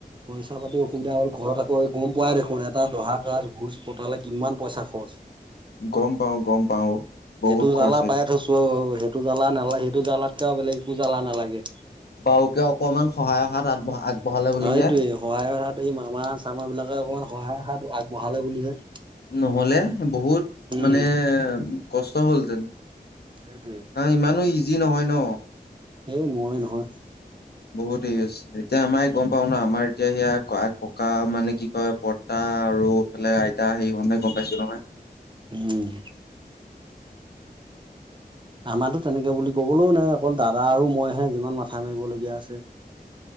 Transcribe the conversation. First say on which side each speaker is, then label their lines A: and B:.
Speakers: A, on the right; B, on the left.
A: পইচা পাতি অসুবিধা হল ঘৰত আকৌ গম পোৱাই দেখোন এটা দহা গাছ ভোজ পতালে কিমান। পইচা খৰচ
B: গম পাওঁ, গম পাওঁ বহুত
A: সেইটো
B: খৰচ।
A: জালা পাই থৈছো আৰু সেইটো জ্বালা নালাগে, সেইটো জালাতকে আৰু বেলেগ একো জ্বালা নালাগে।
B: বাওকে অকমান সহায়ৰ হাত আগব আগবঢ়ালে বুলিহে
A: অ এইটোয়ে সহায়ৰ হাত এই মামা চামা বিলাকে অকমান সহায়ৰ হাত আগবঢ়ালে বুলিহে।
B: নহলে বহুত
A: উম
B: মানে কষ্ট হ'লহেতেন।
A: সেইটোৱে
B: কাৰণ ইমানো ইজি নহয় ন।
A: এই মই নহয়।
B: বহুত হৰি আছে এতিয়া আমাৰ গম পাও ন আমাৰ এতিয়া সেয়া ক ককা মানে কি কয় বৰ্তা আৰু এফালে আইতা সেই হওতে গম পাইছো নহয়।
A: উম! আমাৰো তেনেকে বুলি কবলৈও নাই অকল দাদা আৰু মইহে যিমান মাথা মাৰিবলগীয়া। আছে